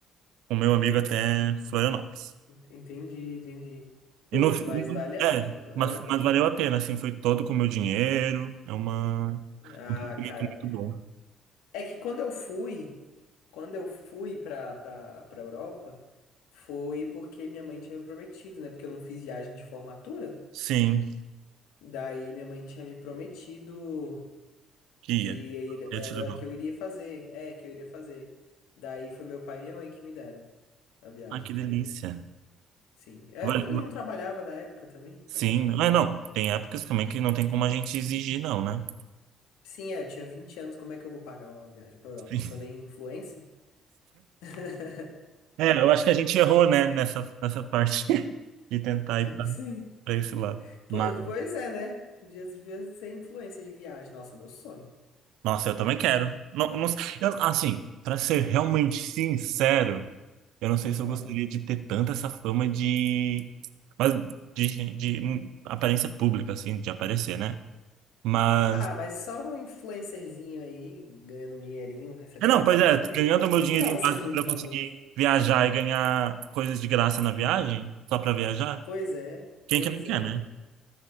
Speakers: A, on the right; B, on the left.
A: o meu amigo até Florianópolis.
B: Entendi, entendi. Putz,
A: E no,
B: mas vale
A: é,
B: a,
A: mas,
B: vale a pena.
A: mas valeu a pena, assim, foi todo com o meu dinheiro. É uma,
B: Ah,
A: um sentimento
B: cara.
A: muito bom.
B: É que quando eu fui, quando eu fui pra, pra, pra Europa, foi porque minha mãe tinha me prometido, né? Porque eu não fiz viagem de formatura.
A: Sim,
B: Daí minha mãe tinha me prometido
A: Kia,
B: que ia ir-
A: eu
B: ela
A: te levar.
B: que eu iria fazer. É, que eu iria fazer. Daí foi meu pai e minha mãe que me deram a viagem,
A: Ah, que
B: entendeu?
A: delícia.
B: Sim. É,
A: Vale-
B: Eu
A: va-
B: não trabalhava na época também, então
A: Sim,
B: não tinha como,
A: ah, não.
B: né?
A: Tem épocas também que não tem como a gente exigir, não, né?
B: Sim, é, eu tinha 20 anos, como é que eu vou pagar uma viagem pra Europa?
A: <laughs>
B: Eu não sou nem influencer? <laughs>
A: É, eu acho que a gente errou, né, nessa, nessa parte <laughs> de tentar ir pra
B: Sim.
A: pra esse lado.
B: Po-
A: Mas,
B: Pois é, né? Devia, devia ser influencer de viagem. Nossa, meu sonho.
A: nossa, eu também quero. Não, não, eu, assim, pra ser realmente sincero, eu não sei se eu
B: Ah.
A: gostaria de ter tanta essa fama de, mas de, de hum, aparência pública, assim, de aparecer, né? Mas,
B: Ah, mas só um influencerzinho aí, ganhando um dinheirinho, recebendo
A: é, não,
B: nosso
A: pois é,
B: publi.
A: ganhando o meu
B: Não precisava
A: dinheirinho básico
B: ser muito
A: pra
B: famoso.
A: eu conseguir viajar e ganhar coisas de graça na viagem, só pra viajar,
B: Pois é,
A: quem
B: pois
A: que não quer,
B: é.
A: né?